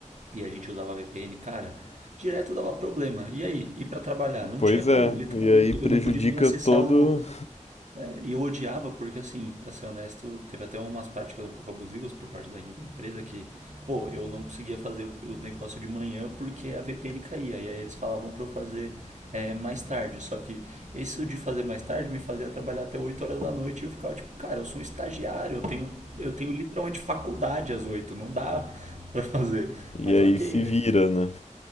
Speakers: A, on the right (about 70°); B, on the left (about 60°).
A: E a gente usava VPN, cara. Direto dava problema. E aí? Ir para trabalhar? Não
B: Pois
A: tinha como,
B: é,
A: literalmente.
B: e aí prejudica
A: Eu não podia nem acessar
B: todo
A: o, é, e eu odiava porque, assim, pra ser honesto, teve até umas práticas um pouco abusivas por parte da, da empresa que, pô, eu não conseguia fazer o, o negócio de manhã porque a VPN caía. E aí eles falavam pra eu fazer é, mais tarde. Só que isso de fazer mais tarde me fazia trabalhar até oito horas da noite e eu ficava tipo, cara, eu sou um estagiário, eu tenho, eu tenho literalmente faculdade às 8 não dá pra fazer.
B: E
A: Mas
B: aí
A: ok,
B: se
A: né?
B: vira, né?